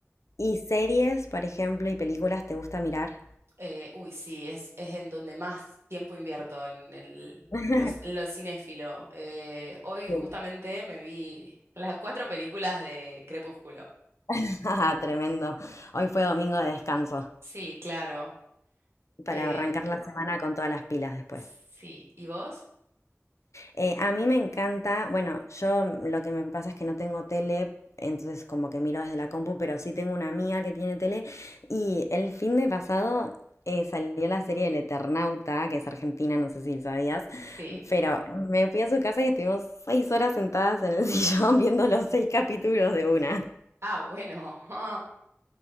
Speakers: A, on the left; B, on the right.
A: ¿Y series, por ejemplo, y películas te gusta mirar?
B: Eh, uy, sí, es, es en donde más tiempo invierto, en el,
A: <laughs>
B: los, en lo cinéfilo. Eh, hoy
A: Sí.
B: justamente me vi <laughs> las cuatro películas de Crepúsculo.
A: <laughs> Ah, tremendo. Hoy fue domingo de descanso
B: Sí, claro.
A: para
B: Eh,
A: arrancar la semana con todas las pilas después.
B: sí, ¿y vos?
A: Eh, a mí me encanta, bueno, yo lo que me pasa es que no tengo tele, entonces como que miro desde la compu, pero sí tengo una amiga que tiene tele y el fin de pasado eh, salió la serie del Eternauta, que es argentina, no sé si sabías,
B: Sí.
A: pero me fui a su casa y estuvimos seis horas sentadas en el <laughs> sillón viendo los seis capítulos de una.
B: Ah, bueno. <laughs>